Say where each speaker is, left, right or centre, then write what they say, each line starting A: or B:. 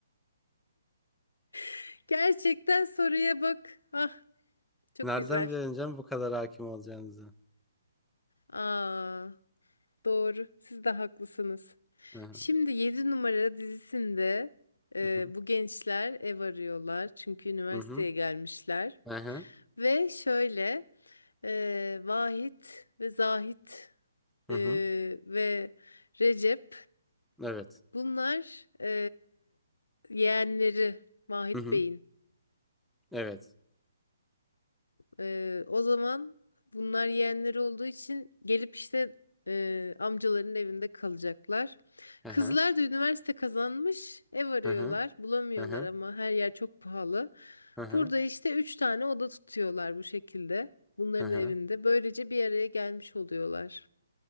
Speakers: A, on the left; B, in the centre.
A: <laughs> Gerçekten soruya bak. Ah çok
B: Nereden
A: güzel.
B: bilemeyeceğim bu kadar hakim olacağınızı?
A: Aa, doğru. Siz de haklısınız.
B: Hı hı.
A: Şimdi yedi numara dizisinde e,
B: Hı
A: bu gençler ev arıyorlar. Çünkü üniversiteye
B: hı.
A: gelmişler.
B: Hı hı. Hı hı.
A: Ve şöyle e, Vahit ve Zahit
B: Hı
A: e,
B: hı.
A: ve Recep
B: Evet.
A: bunlar e, yeğenleri Vahit
B: Hı hı.
A: Bey'in.
B: Evet.
A: Ee, o zaman bunlar yeğenleri olduğu için gelip işte e, amcaların evinde kalacaklar.
B: Hı hı.
A: Kızlar da üniversite kazanmış, ev arıyorlar,
B: Hı hı.
A: bulamıyorlar
B: Hı hı.
A: ama her yer çok pahalı.
B: Hı hı.
A: Burada işte üç tane oda tutuyorlar bu şekilde. Bunların
B: Hı hı.
A: evinde. Böylece bir araya gelmiş oluyorlar.